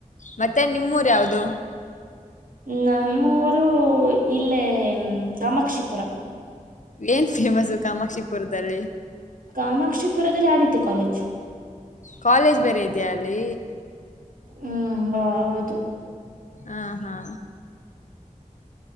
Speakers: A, on the left; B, on the right.
A: ಮತ್ತೆ ನಿಮ್ಮೂರ್ ಯಾವ್ದು?
B: ನಮ್ಮೂರು ಇಲ್ಲೇ ಕಾಮಾಕ್ಷಿಪುರ.
A: ಏನ್ ಫೇಮಸು ಕಾಮಾಕ್ಷಿಪುರದಲ್ಲಿ?
B: ಕಾಮಾಕ್ಷಿಪುರದಲ್ಲಿ ಆದಿತ್ಯ ಕಾಲೇಜ್
A: ಕಾಲೇಜ್ ಬೇರೆ ಇದೆಯ ಅಲ್? ಪ್ಲೇ
B: ಹ್ಮ್ ಬಾ ಹೌದು.
A: ಹಾ ಹಾ